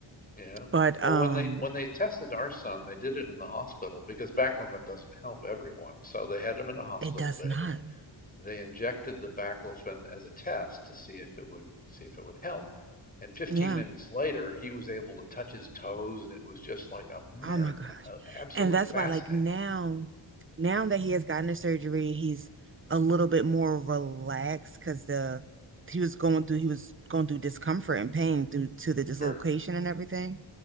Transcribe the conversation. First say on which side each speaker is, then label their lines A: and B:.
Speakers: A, on the left (about 20°); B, on the right (about 25°).
A: yeah.
B: But
A: Well,
B: um,
A: when they when they tested our son, they did it in the hospital because baclofen doesn't help everyone. So they had him in a hospital
B: it does
A: bed
B: not.
A: and they injected the baclofen as a test to see if it would see if it would help. And 15
B: Yeah.
A: minutes later, he was able to touch his toes, and it was just like a miracle.
B: Oh my gosh.
A: A- Absolutely
B: And that's
A: fascinating.
B: why, like now, now that he has gotten the surgery, he's a little bit more relaxed because the he was going through he was going through discomfort and pain through to the dislocation
A: Sure.
B: and everything.